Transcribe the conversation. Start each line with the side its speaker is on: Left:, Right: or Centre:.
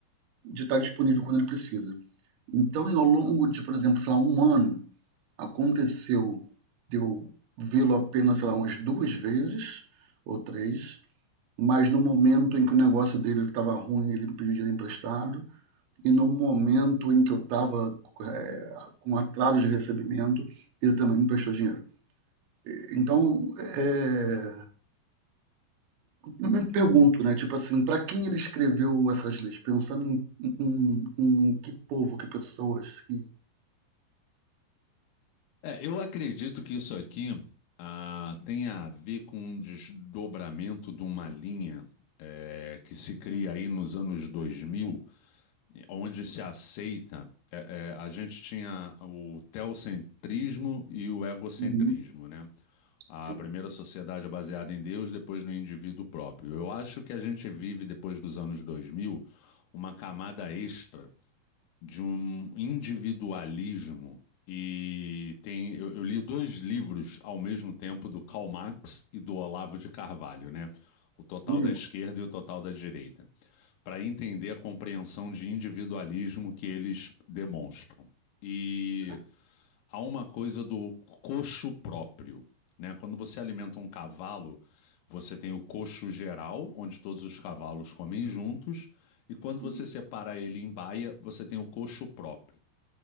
Right: de estar disponível quando ele precisa. Então, e ao longo de, por exemplo, sei lá, 1 ano, aconteceu de eu vê-lo apenas, sei lá, umas 2 vezes ou três mas no momento em que o negócio dele estava ruim, ele me pediu dinheiro emprestado, e no momento em que eu estava, eh, com atraso de recebimento, ele também me emprestou dinheiro. Então, eh Eu me pergunto, né, tipo assim, para quem ele escreveu essas leis? Pensando em, em, em que povo, que pessoas, que...
Left: É, eu acredito que isso aqui ah, tenha a ver com um desdobramento de uma linha eh, que se cria aí nos anos 2000, onde se aceita. eh, eh, a gente tinha o teocentrismo e o egocentrismo,
Right: Uhum,
Left: né? A
Right: sim.
Left: primeira sociedade é baseada em Deus, depois no indivíduo próprio. Eu acho que a gente vive, depois dos anos dois mil uma camada extra de um individualismo. E tem, eu, eu li dois livros ao mesmo tempo do Karl Marx e do Olavo de Carvalho, né? O total
Right: Uhum,
Left: da esquerda e o total da direita, para entender a compreensão de individualismo que eles demonstram. E
Right: tá.
Left: há uma coisa do coxo próprio, né? Quando você alimenta um cavalo, você tem o coxo geral, onde todos os cavalos comem juntos, e quando você
Right: Uhum,
Left: separa ele em baia, você tem o coxo próprio.